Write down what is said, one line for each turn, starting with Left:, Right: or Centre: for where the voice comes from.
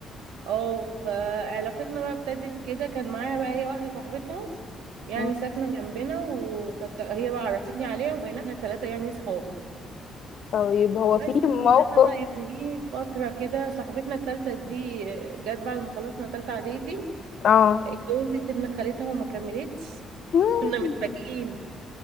Right: اه فعلاقتنا بقى ابتدت كده كان معاها بقى هي واحده صاحبتها يعني
Left: أمم.
Right: ساكنه جنبنا وكانت هي بقى عرفتني عليها وبقينا احنا الثلاثه يعني صحاب
Left: طيب هو في
Right: بس
Left: موقف
Right: فضلنا بقى يعني ايه فتره كده صاحبتنا الثالثه دي جت بعد ما خلصنا ثالثه اعدادي
Left: اه
Right: اتجوزت ابن خالتها وما كملتش
Left: مم.
Right: كنا متفاجئين